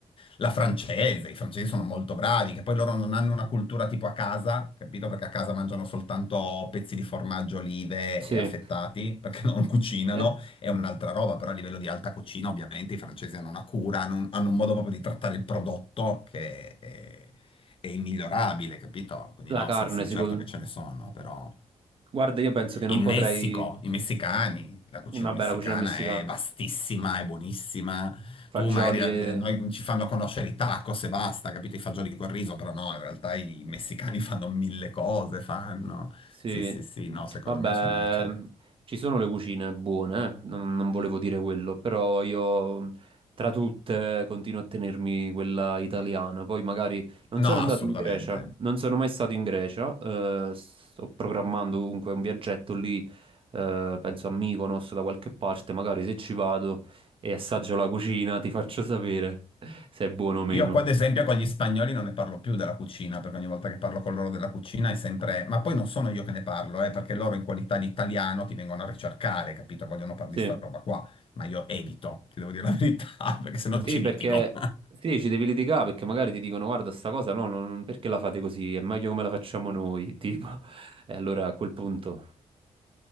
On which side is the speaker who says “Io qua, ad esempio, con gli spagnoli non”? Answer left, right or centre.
Left